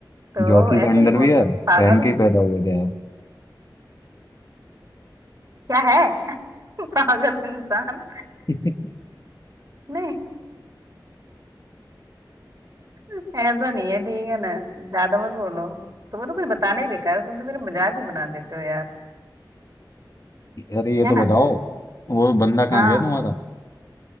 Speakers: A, on the right (about 40°); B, on the left (about 45°).
A: तो
B: जॉकी
A: ऐसे
B: का अंडरवियर
A: नहीं बोल सकती पागल
B: पहन के ही पैदा हुए थे आप
A: क्या है <laughs> पागल इंसान
B: <laughs>
A: नहीं ऐसा नहीं है ठीक है ना ज्यादा मत बोलो तुम्हें तो कुछ बताना ही बेकार है तुम तो मेरा मजाक ही बना देते हो यार
B: अरे ये
A: है
B: तो
A: ना
B: बताओ वो बंदा कहाँ
A: हाँ
B: गया तुम्हारा